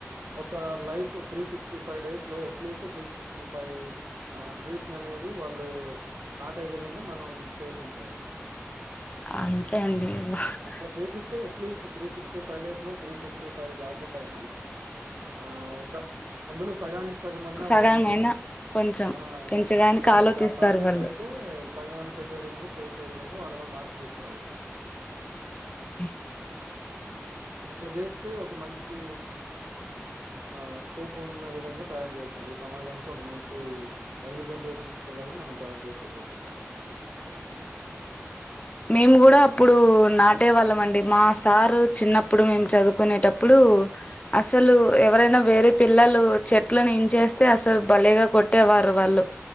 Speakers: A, on the right; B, on the left.
A: ఒక life three sixty five days లో ఎట్లీస్ట్ త్రీ సిక్స్టీ ఫైవ్. ఆ ట్రీస్ననేది వాళ్ళు నాటే విధంగా మనం చేపించాలి.
B: అంతే అండి వా <unintelligible>
A: అట్లా చేపిస్తే at least three sixty five days లో త్రీ సిక్స్టీ ఫైవ్ కాకుండైనా ఆ ఒక అందులో సగానికి స తగమన్న
B: సగమైనా
A: వాళ్ళు
B: కొంచెం
A: ఆ
B: పెంచడానికి
A: అట్లా టార్గెట్
B: ఆలోచిస్తారు
A: ఆ టార్గెట్
B: వాళ్ళు
A: బెడి తే సగమన్న పెట్టే విధంగా చేసే విధంగా వాళ్ళలో మార్పు తీసుకురావచ్చు.
B: అవునండి
A: అట్ల చేస్తే ఒక మంచి ఆ స్కోప్ ఉన్న విధంగా తయారు చేయొచ్చండి సమాజానికి ఒక మంచి యంగ్ జనరేషన్స్ పిల్లల్ని మనం తయారు చేసి ఇవ్వచ్చు అట్లుంటది.
B: నేను కూడా ప్పుడు నాటే వాళ్ళం అండి మా సారు చిన్నప్పుడు మేం చదువుకునేటప్పుడు అసలు ఎవరైనా వేరే పిల్లలు చెట్లని ఇంచేస్తే అసలు భలేగా కొట్టేవారు వాళ్ళు